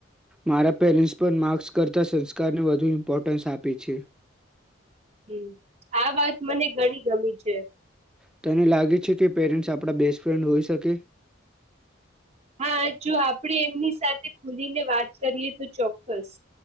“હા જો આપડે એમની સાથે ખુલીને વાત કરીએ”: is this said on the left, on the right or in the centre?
Right